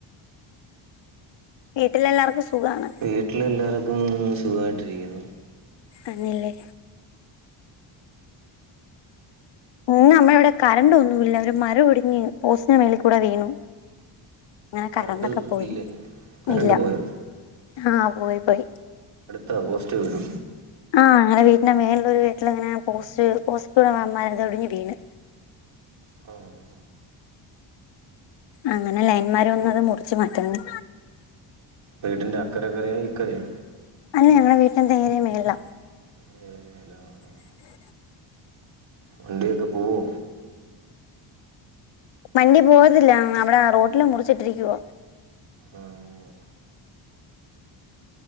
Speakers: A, on the left; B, on the right.
A: വീട്ടിലെഎല്ലാർക്കും സുഖാണ്
B: വീട്ടിലെല്ലാർക്കും സുഖായിട്ടിരിക്കുന്നു
A: അങ്ങല്ലെ ഇന്ന് നമ്മളെ ഇവിടെ കരണ്ട് ഒന്നുല്ല ഒര് മരം ഇടിഞ്ഞ് പോസ്റ്റിന്റെ മേളി കൂടെ വീണു അങ്ങനെ കറണ്ടൊക്കെ
B: കറണ്ട്
A: പോയി
B: ഇല്ലേ കറണ്ട്
A: ഇല്ല
B: പോയോ
A: ആഹ് പോയി പോയി
B: ആഹ് പോസ്റ്റ് വീണൊ
A: ആഹ് ഞങ്ങളെ വീട്ടിന്റെ മേളില് ഒരു വീട്ടിലങ്ങനെ പോസ്റ്റ് പോസ്പിട നന്നായത് ഒടിഞ്ഞ് വീണ്
B: ഒഹ്
A: അങ്ങനെ ലൈൻ മരം ഒന്നുടെ മുറിച്ചു മാറ്റുന്നു
B: വീട്ടിന്റെ അക്കരെ കരയൊ ഇക്കരയൊ
A: അല്ല ഞങ്ങളടെ വീട്ടിന്റെ നേരെ മേളില
B: <unintelligible>
A: <inaudible>
B: വണ്ടിയൊക്കെ പോവോ
A: വണ്ടി പോകത്തില്ല അവിടെ റോട്ടില മുറിച്ചിട്ടിരിക്കുവ
B: ആഹ്